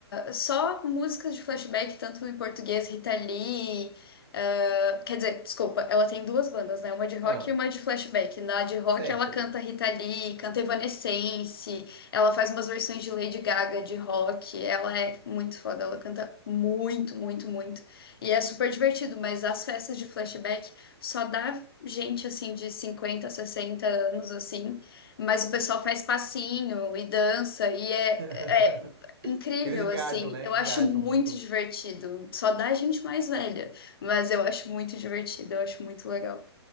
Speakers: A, on the left; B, on the right.
A: só músicas de flashback, tanto em português, Rita Lee. ah, quer dizer, desculpa, ela tem duas bandas, né? Uma de rock
B: Ah,
A: e uma de flashback. Na de rock,
B: certo.
A: ela canta Rita Lee, canta Evanescence, ela faz umas versões de Lady Gaga de rock. Ela é muito foda, ela canta muito, muito, muito. E é super divertido, mas as festas de flashback só dá gente assim de 50 60 anos assim. Mas o pessoal faz passinho e dança e é,
B: <laughs>
A: é incrível,
B: Eles engajam,
A: assim.
B: né?
A: Eu
B: Engajam
A: acho muito
B: muito.
A: divertido. Só dá gente mais velha, mas eu acho muito divertido, eu acho muito legal.